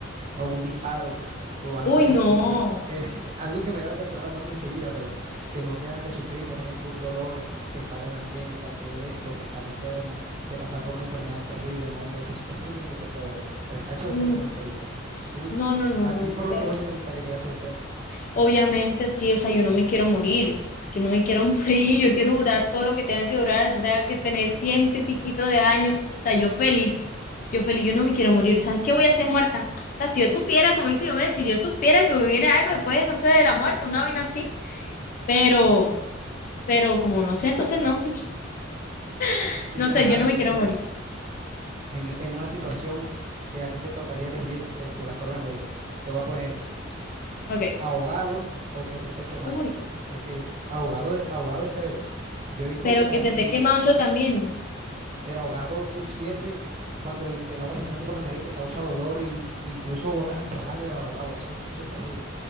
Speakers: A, on the right; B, on the left.
A: o un disparo o algo
B: Uy,
A: que,
B: no,
A: que, que, que- que me- <laughs> algo que me haya ocasionado la muerte enseguida, pero que no tenga que sufrir, por ejemplo, un dolor, que estar en la clínica, que esto, que estar enfermo, que pasar por una enfermedad terrible, no, hombre, eso, eso tiene que ser feo, de verdad. Pero a esos
B: no,
A: extremos yo no quiero llegar. Tú,
B: no, no, no,
A: a
B: no,
A: ti por
B: qué
A: lo
B: horrible.
A: que veo sí te gustaría llegar a esos extremos.
B: Obviamente sí, o sea, yo no me quiero morir, yo no me quiero <laughs> morir, yo quiero durar todo lo que tenga que durar, si tenga que tener ciento y piquito de años, o sea, yo feliz, yo feliz, yo no me quiero morir, ¿sabes qué voy a hacer muerta? O sea, si yo supiera, como dice yo, si yo supiera que viene algo después, no sé, de la muerte, una vaina así, pero, pero como no sé, entonces no, <laughs>
A: Y,
B: no sé,
A: ajá,
B: yo no
A: y,
B: me quiero
A: y
B: morir.
A: en, en una situación que a ti te tocaría elegir este, la forma de morir, te voy a poner esta,
B: Ok,
A: ahogado o que te estés quemando,
B: uy,
A: porque ahogado, ahogado es feo. Yo he visto
B: pero
A: como,
B: que te esté
A: y
B: quemando también.
A: pero ahogado tú sientes cuando el, el agua se te mete por la nariz, te causa dolor y incluso botas hasta sangre bajo el agua, eso, eso es terrible.